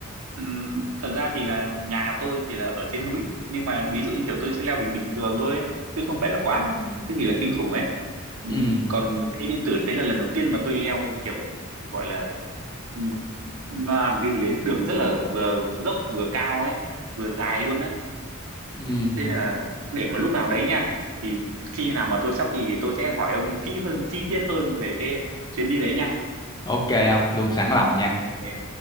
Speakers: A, on the right; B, on the left.
A: Ừm, thật ra thì là nhà tôi thì là ở trên núi nhưng mà ví dụ như kiểu tôi sẽ leo bình bình thường thôi ấy, chứ không phải là quá cái gì là kinh khủng ấy Ừm,
B: ừ
A: còn cây yên tử đấy là lần đầu tiên mà tôi leo kiểu gọi là ừm, nó làm cái gì ấy đường rất là vừa dốc vừa cao ấy vừa dài luôn đấy
B: ừ
A: thế nên là để mà lúc nào đấy nha thì khi nào mà tôi sắp thì tôi sẽ hỏi ông kỹ hơn chi tiết hơn về cái chuyến đi đấy nha
B: ok không luôn sẵn lòng nha
A: ok